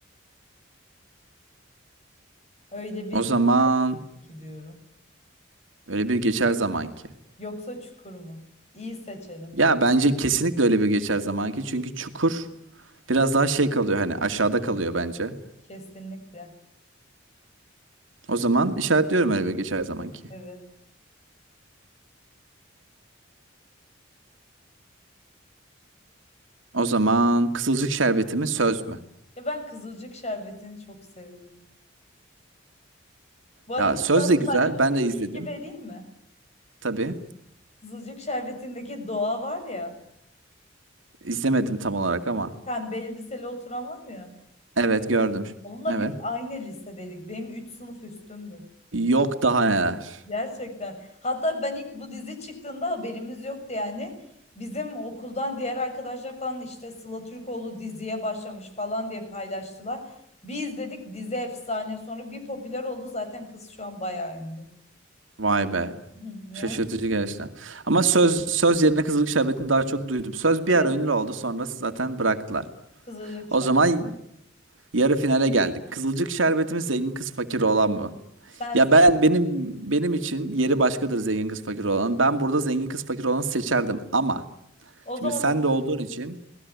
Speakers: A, on the left (about 35°); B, on the right (about 75°).
A: Öyle bir
B: O zaman
A: ki diyorum.
B: öyle bir geçer zaman ki.
A: Yoksa çukur mu? İyi seçelim.
B: Ya bence kesinlikle öyle bir geçer zamanki. Çünkü çukur biraz daha şey kalıyor hani aşağıda kalıyor bence.
A: Kesinlikle.
B: O zaman işaretliyorum öyle bir geçer zamanki.
A: Evet.
B: O zaman Kızılcık Şerbeti mi söz mü?
A: Ya ben Kızılcık Şerbeti'ni çok seviyorum. Bu arada
B: Ya söz
A: sana
B: de güzel.
A: saçma
B: Ben
A: bir
B: de izledim.
A: bilgi vereyim mi?
B: Tabii.
A: Kızılcık Şerbeti'ndeki Doğa var ya,
B: İzlemedim tam olarak ama.
A: pembe elbiseli oturan var ya.
B: Evet gördüm.
A: Onunla
B: Evet.
A: biz aynı lisedeydik. Benim 3 sınıf üstümdü.
B: Yok daha neler.
A: Gerçekten. Hatta ben ilk bu dizi çıktığında haberimiz yoktu yani. Bizim okuldan diğer arkadaşlar falan işte Sıla Türkoğlu diziye başlamış falan diye paylaştılar. Bir izledik dizi efsane. Sonra bir popüler oldu zaten kız şu an bayağı ünlü.
B: Vay be.
A: <laughs> Ya.
B: Şaşırtıcı gerçekten. Ama söz söz yerine Kızılcık Şerbeti'ni daha çok duydum. Söz bir ara
A: Evet,
B: ünlü oldu sonra zaten bıraktılar.
A: Kızılcık Şerbeti.
B: O zaman Yarı finale geldik. Kızılcık şerbeti mi zengin kız fakir olan mı?
A: Sensin.
B: Ya ben benim benim için yeri başkadır zengin kız fakir olan. Ben burada zengin kız fakir olanı seçerdim ama
A: O zaman
B: şimdi sen de olduğun için